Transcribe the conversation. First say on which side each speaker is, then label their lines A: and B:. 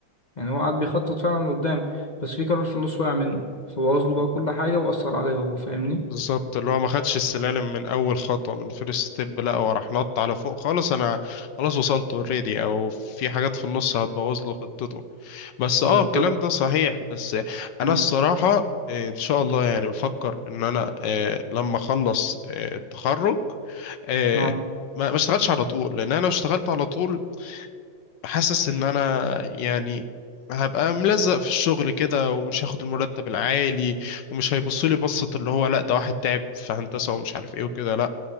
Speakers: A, on the left; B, on the left.
A: يعني هو قعد بيخطط فعلا لقدام بس في قرار في النص وقع منه فبوظ له
B: أمم.
A: بقى كل حاجة وأثر عليه هو فاهمني
B: بالظبط اللي هو ما خدش السلالم من اول خطوه من فيرست ستيب لا هو راح نط على فوق خالص انا خلاص وصلت اوريدي او في حاجات في النص هتبوظ له خطته بس
A: بالظبط
B: اه الكلام ده صحيح بس انا
A: مم.
B: الصراحه آه، ان شاء الله يعني بفكر ان انا آه، لما اخلص آه، التخرج آه،
A: اه
B: ما ما اشتغلش على طول لان انا لو اشتغلت على طول حاسس ان انا يعني هبقى ملزق في الشغل كده ومش هاخد المرتب العالي ومش هيبصوا لي بصة اللي هو لا ده واحد تعب في هندسة ومش عارف ايه وكده لا